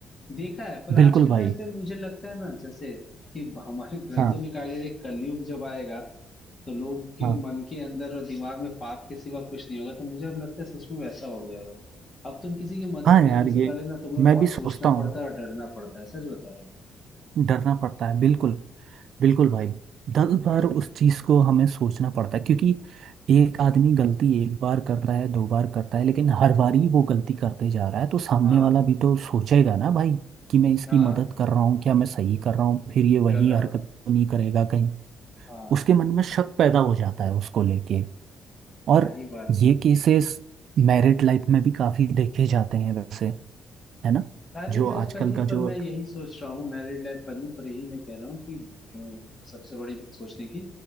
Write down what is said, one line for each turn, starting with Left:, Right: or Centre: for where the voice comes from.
Left: देखा है पर
Right: बिल्कुल
Left: आज के
Right: भाई
Left: टाइम पे मुझे लगता है ना जैसे कि हमारे ग्रंथों
Right: हाँ
Left: में कहा गया है कि कलयुग जब आएगा तो लोग के
Right: हाँ
Left: मन के अंदर और दिमाग में पाप के सिवा कुछ नहीं होगा तो मुझे अब लगता है सच में वैसा हो गया है भाई अब तुम किसी की मदद
Right: हाँ
Left: करने
Right: यार
Left: से
Right: ये
Left: पहले ना तुम्हें
Right: मैं
Left: बहुत
Right: भी सोचता
Left: सोचना
Right: हूँ
Left: पड़ता है और डरना पड़ता है सच बता रहा हूँ
Right: डरना पड़ता है बिल्कुल बिल्कुल भाई दस बार उस चीज़ को हमें सोचना पड़ता है क्योंकि एक आदमी गलती एक बार करता है दो बार करता है लेकिन हर बार ही वो गलती करते जा रहा है तो सामने
Left: हाँ
Right: वाला भी तो सोचेगा ना भाई कि मैं इसकी
Left: हाँ
Right: मदद कर रहा हूँ क्या मैं सही कर रहा हूँ फिर ये वही
Left: कर रहा
Right: हरकत
Left: हूँ
Right: तो नहीं करेगा कहीं
Left: हाँ
Right: उसके मन में शक पैदा हो जाता है उसको लेके और
Left: वही बात है
Right: ये केसेस मैरिड लाइफ में भी काफ़ी देखे जाते हैं वैसे है ना
Left: मैरिड
Right: जो
Left: लाइफ
Right: आजकल
Left: का नहीं
Right: का जो
Left: पर मैं यही सोच रहा हूँ मैरिड लाइफ का नहीं पर यही मैं कह रहा हूँ कि अ, सबसे बड़ी बात सोचने की